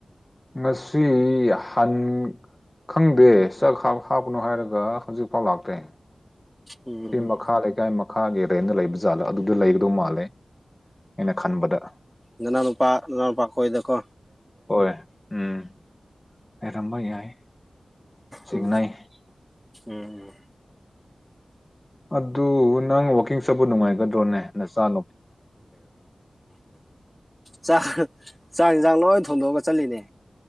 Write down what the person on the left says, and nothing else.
ꯉꯁꯤ ꯍꯟ ꯈꯪꯗꯦ ꯆ ꯍꯥꯞꯄꯅꯣ ꯍꯥꯏꯔꯒ ꯍꯧꯖꯤꯛꯐꯥꯎ ꯂꯥꯛꯇ꯭ꯔꯦ
ꯁꯤ ꯃꯈꯥ ꯂꯩꯀꯥꯏ ꯃꯈꯥꯒꯤꯔꯅ ꯂꯩꯕ ꯖꯥꯠꯂꯣ ꯑꯗꯨꯗ ꯂꯩꯒꯗꯧ ꯃꯥꯜꯂꯦ ꯑꯩꯅ ꯈꯟꯕꯗ
ꯍꯣꯏ ꯎꯝ ꯌꯥꯔꯝꯕ ꯌꯥꯏ ꯆꯤꯡꯅꯩ
ꯑꯗꯨ ꯅꯪ ꯋꯥꯛꯀꯤꯡ ꯆꯠꯄ ꯅꯨꯡꯉꯥꯏꯒꯗ꯭ꯔꯣꯅꯦ ꯅ ꯆꯥꯂꯣ